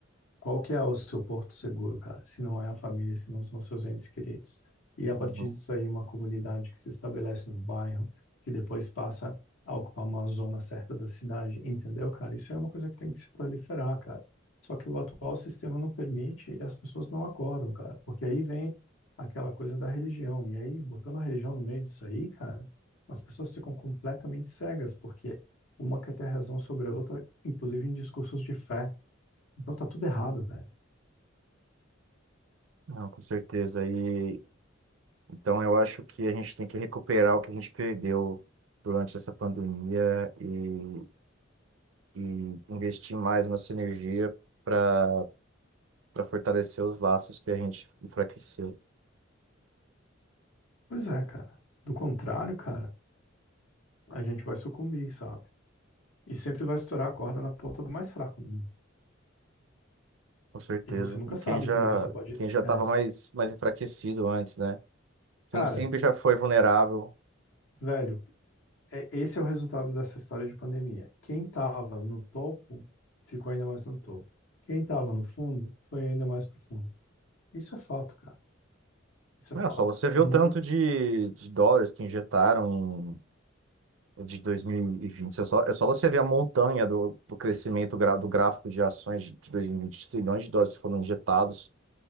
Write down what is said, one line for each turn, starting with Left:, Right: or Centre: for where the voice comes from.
Left: Qual que é o seu porto seguro, cara? Se não é a família, se não são seus entes queridos. E
Right: Uhum.
Left: a partir disso aí, uma comunidade que se estabelece no bairro, que depois passa a ocupar uma zona certa da cidade, entendeu, cara? Isso é uma coisa que tem que se proliferar, cara. Só que o atual sistema não permite e as pessoas não acordam, cara. Porque aí vem aquela coisa da religião. E aí, botando a religião no meio disso aí, cara, as pessoas ficam completamente cegas, porque uma quer ter razão sobre a outra, inclusive em discursos de fé. Então tá tudo errado, velho.
Right: Não, com certeza. E então eu acho que a gente tem que recuperar o que a gente perdeu durante essa pandemia e, e investir mais nossa energia para para fortalecer os laços que a gente enfraqueceu.
Left: Pois é, cara. Do contrário, cara, a gente vai sucumbir, sabe? E sempre vai estourar a corda na ponta do mais fraco. né?
Right: Com certeza.
Left: E você nunca
Right: E
Left: sabe
Right: quem já
Left: quando você pode.
Right: quem já estava
Left: É.
Right: mais mais enfraquecido antes, né? Quem
Left: Cara,
Right: sempre já foi vulnerável.
Left: velho, é, esse é o resultado dessa história de pandemia. Quem tava no topo ficou ainda mais no topo. Quem tava no fundo foi ainda mais pro fundo. Isso é fato, cara. Isso
Right: Olha
Left: é fato.
Right: só, você vê
Left: No
Right: o
Left: mundo,
Right: tanto de, de dólares que injetaram de 2020. É só, é só você ver a montanha do, do crescimento gra- do gráfico de ações de 2020, os trilhões de dólares que foram injetados,